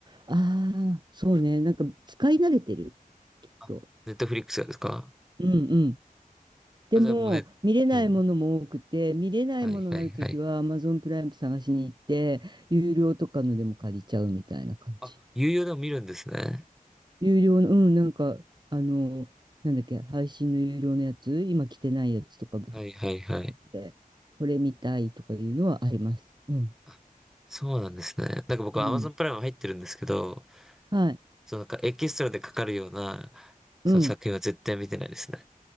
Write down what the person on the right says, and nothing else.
ああ、そうね。なんか使い慣れてる。きっと。
うんうん。でも見れないものも多くて、
見れないものがあるときは
Amazon プライム探しに行って、有料とかのでも借りちゃうみたいな感じ。
有料の、うん、なんかあの、なんだっけ、配信の有料のやつ、今来てないやつとか
で、これ見たいとかいうのはあります。うん。
うん。
はい。
うん。